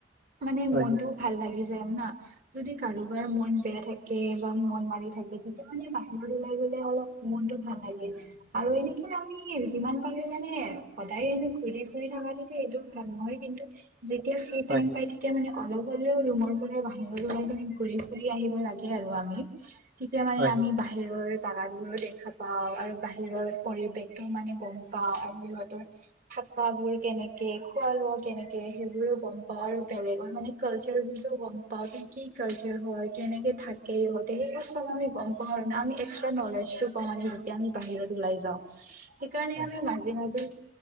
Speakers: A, on the right; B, on the right.
A: মানে
B: হয়
A: মনতটোও ভাল লাগি যায় না। যদি কাৰোবাৰ মন বেয়া থাকে বা মন মাৰি থাকে তেতিয়া মানে বাহিৰত ওলাই গ'লে অলপ মন ভাল লাগে আৰু এনেকৈ আমি যিমান পাৰো মানে সদায় এনে ঘূৰি ফুৰি থাকাতো এইটো ভাল নহয়। কিন্তু যেতিয়া ফ্ৰী
B: হয়
A: টাইম পাই তেতিয়া মানে অলপ হ'লেও ৰুমৰ পৰা বাহিৰত গৰু গাইজনী ঘুৰি ফুৰি আহিব লাগে আৰু আমি তেতিয়া মানে
B: হয়
A: আমি বাহিৰৰ জাগাবোৰো দে দেখা পাওঁ আৰু বাহিৰৰ পৰিৱেশটো মানে গম পাওঁ আৰু সিহঁতৰ থাকা বোৰ কেনে কেনেকে খোৱা লোৱা কেনেকে সেইবোৰো গম পাওঁ আৰু বেলেগৰ মানে কালচাৰ তো গম বা কি কালচাৰ হয় কেনেকে থাকে ইহঁতে সেইবোৰ চব গম পোৱা নাই আৰু এক্সট্ৰা নলেজ যেতিয়া আমি বাহিৰত ওলাই যাওঁ। সেইকাৰণে
B: হয়
A: আমি মাজে মাজে